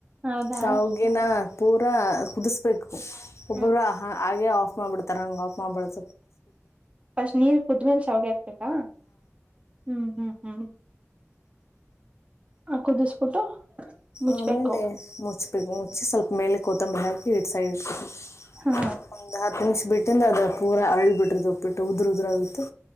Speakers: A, on the right; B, on the left.
A: ಹೌದಾ
B: ಶಾವಗಿನ ಪೂರಾ ಕುದಿಸ್ಬೇಕು ಒಬ್ಬೊಬ್ಬರು
A: ಹ್ಮ್
B: ಹಂಗೆ ಆಫ್ ಮಾಡಬಿಡ್ತಾರ ಹಂಗ ಆಫ್ ಮಾಡಬಾರ್ದ
A: ಫಸ್ಟ್ ನೀರ ಕುದ್ಮೇಲೆ ಶ್ಯಾವಿಗೆ ಹಾಕ್ಬೇಕ ಹಾ ಹ್ಮ್ ಹ್ಮ್ ಹ್ಮ್ ಆ ಕುದಿಸ್ಬಿಟ್ಟು ಮುಚ್ಬೇಕು
B: ಆಮೇಲೆ ಮುಚ್ಬೇಕು ಮುಚ್ಚಿ ಸ್ವಲ್ಪ ಮೇಲೆ ಕೊತ್ತಂಬರಿಹಾಕಿ ಎತ್ತಿ ಸೈಡ್ ಇಟ್ಟಕೋ
A: ಹಾ
B: ಒಂದ ಹತ್ತು ನಿಮಿಷ ಬಿಟ್ಟು ದಿಂದ ಅದ ಪೂರ ಅಳಿ ಬಿಟ್ರದುಪ್ಪಿಟ್ಟು ಉದ್ರ ಉದ್ರ ಆಗತ್ತು